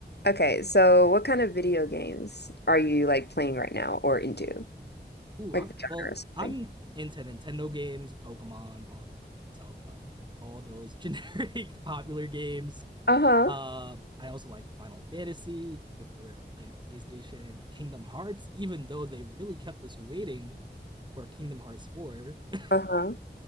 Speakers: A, on the left (about 65°); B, on the right (about 25°).
A: Okay, so what kind of video games are you like playing right now or into?
B: Ooh,
A: Like
B: I'm
A: the genre
B: well.
A: or something?
B: I'm into Nintendo games, Pokemon, Mario, Zelda, all those generic <laughs> popular games.
A: Uh-huh.
B: Uh, I also like Final Fantasy if we're playing on PlayStation, Kingdom Hearts, even though they've really kept us waiting for Kingdom Hearts 4. <laughs>
A: Uh-huh.